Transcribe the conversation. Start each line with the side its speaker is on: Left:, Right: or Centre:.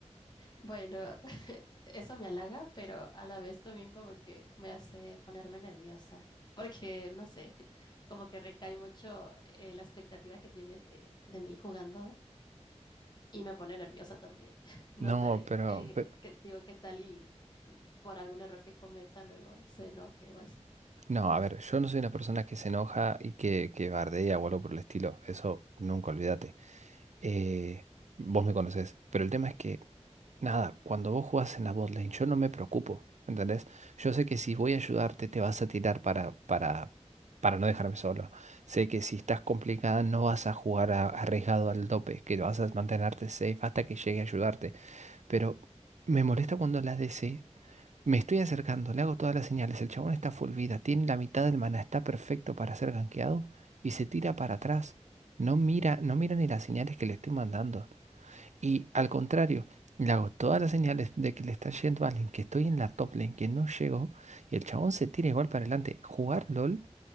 Left: Bueno, <laughs> eso me halaga, pero a la vez también como que me hace ponerme nerviosa, porque no sé, <laughs> como que recae mucho eh, la expectativa que tienes de, de mí jugando y me pone nerviosa también. <laughs> No
Right: No,
Left: sé,
Right: pero,
Left: eh,
Right: pero-
Left: que, digo, qué tal y mm, por algún error que cometa luego se enoje o así.
Right: no, a ver, yo no soy una persona que se enoja y que, que bardea o algo por el estilo. Eso nunca olvídate. Eh, vos me conocés. Pero el tema es que Nada, cuando vos jugás en la botlane, yo no me preocupo, ¿entendés? Yo sé que si voy a ayudarte, te vas a tirar para, para, para no dejarme solo. Sé que si estás complicada, no vas a jugar a- arriesgado al tope, que vas a mantenerte safe hasta que llegue a ayudarte. Pero me molesta cuando la DC, me estoy acercando, le hago todas las señales, el chabón está full vida, tiene la mitad del mana, está perfecto para ser gankeado y se tira para atrás. No mira, no mira ni las señales que le estoy mandando. Y al contrario, le hago todas las señales de que le está yendo a alguien, que estoy en la top lane, que no llegó, y el chabón se tira igual para adelante. Jugar LOL